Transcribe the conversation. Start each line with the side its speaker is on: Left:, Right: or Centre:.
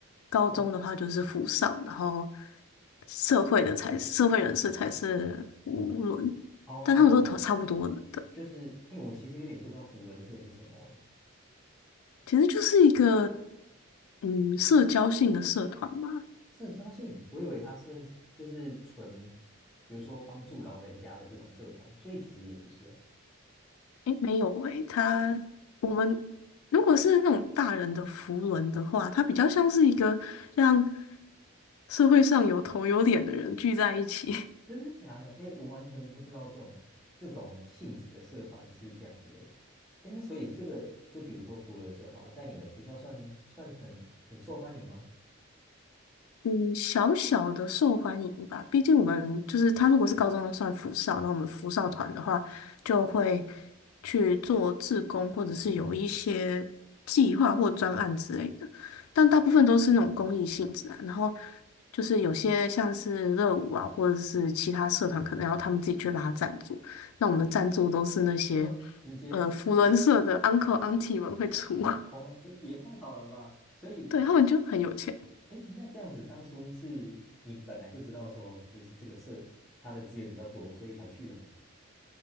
Left: 高中的话就是福少，
Centre: 哦
Left: 然后社会的才社会人士才是福伦，
Centre: 哦，
Left: 但他们都差不多的，对，
Centre: 就是哎，诶我其实有点不知道扶轮社是什么哎，
Left: 其实就是一个嗯社交性的社团吧。
Centre: 社交性，我以为它是就是纯，比如说帮助老人家的这种社团，所以其实也不是哦。
Left: 诶，没有诶，他我们如果是那种大人的扶轮的话，它比较像是一个让社会上有头有脸的人聚在一起，<laughs>
Centre: 真的假的？哎，我完全不知道这种这种性质的社团是这样子的诶。哎，那所以这个就比如说福伦社好了，在你们学校算算很很受欢迎吗？
Left: 嗯，小小的受欢迎吧。毕竟我们就是他，如果是高中的算福少，那我们福少团的话，就会去做志工，或者是有一些计划或专案之类的。但大部分都是那种公益性质啊。然后就是有些像是热舞啊，或者是其他社团，可能要他们自己去拉赞助。那我们的赞助都是那些
Centre: <laughs> 直接也
Left: 呃福伦社的 uncle auntie 们会出，
Centre: 哦，这也太好了吧！所以
Left: <laughs> 对，他们就很有钱。
Centre: 哎，那这样子当初是你本来就知道说，就是这个社它的资源比较多，所以才去的吗？